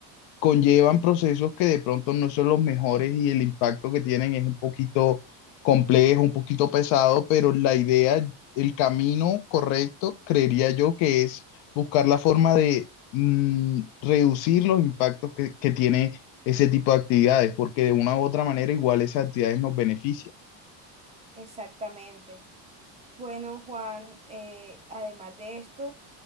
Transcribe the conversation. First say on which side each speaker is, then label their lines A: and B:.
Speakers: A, on the left; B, on the right.
A: conllevan procesos que de pronto no son los mejores y el impacto que tienen es un poquito complejo, un poquito pesado, pero la idea, el camino correcto, creería yo que es buscar la forma de mm, reducir los impactos que, que tiene ese tipo de actividades, porque de una u otra manera igual esas actividades nos benefician.
B: Exactamente. Bueno, Juan, eh, además de esto,